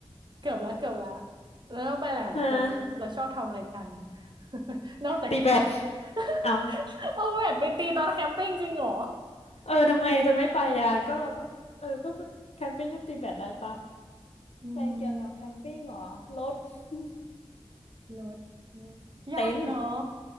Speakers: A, on the right; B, on the left.
A: เกือบละเกือบละแล้วเราไปหลายๆคนแล้วเราชอบทำอะไรกัน
B: อะ
A: <laughs> นอกจากกิน
B: ตีแบด
A: <laughs>
B: เอา
A: เอาแบดไปตีตอนแคมปิ้งจริงเหรอ
B: เออทำไมจะไม่ไปอ่ะก็เราก็เออก็ไปแคมปิ้งก็ตีแบดได้ปะ
A: อืม
B: ไปเกี่ยวกับแคมปิ้งเหรอรถ <laughs>
A: รถยากเนาะ
B: เต็นท์